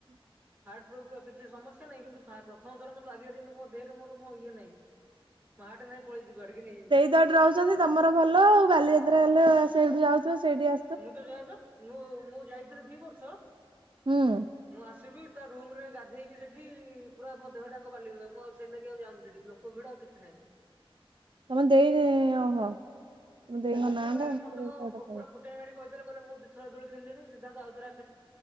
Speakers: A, on the right (about 20°); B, on the right (about 60°).
A: ପୁଅ ପିଲା କିଛି ସମସ୍ୟା ନାହିଁ, କିନ୍ତୁ ଫା-ପ୍ରଥମଥର ମୋତେ ଲାଗିଲା ଯେମିତି ମୋର ଦେହରେ ମୋର ମୋ ଇଏ ନାହିଁ। ମୋ ହାର୍ଟ୍ ନାଇଁ, ପଳେଇଛିକୁଆଡେ, କିଏ ନେଇଯାଇଛି।
B: ଏତେବାଟରୁ ଆଉଚନ୍ତି, ତମର ଭଲ ଆଉ। ବାଲିଯାତ୍ରା ହେଲେ ସେଇଠୁ ଯାଉଥିବ ସେଇଠି ଆ
A: ମୁଁ ତ ଯାଏବା। ମୁଁ-ମୁଁ ଯାଇଥିଲି ଦି ବର୍ଷ
B: ହୁଁ।
A: ମୁଁ ଆସିବି ତା ରୁମ୍ ରେ ଗାଧେଇବି ସେଠି, ପୁରା ମୋ ଦେହ ଟାଙ୍କ ବାଲିି, ମୁଁ ଆଉ ସେଇତିଲାଗି ଆଉ ଯାଉନି ସେଠି। ଲୋ କଭିଡ, ଆଉ କିଛି ନାହିଁ।
B: ତମେ ଦେଇ ଓହୋ। ତମେ ଦେଇଙ୍କ
A: ଆଉ ମିଜୁଲ
B: ନାଁ
A: ଭାଇ
B: ଟା?
A: ମତେ କଣ ପୁରା ଫୁଟାଣି ମାରିକି କହିଦେଲେ, କଲେ ମୁଁ ଦିଥର ଦୋଳି ଖେିଳିଲିଣି। ସିଧାନ୍ତ ଆଉଥରେ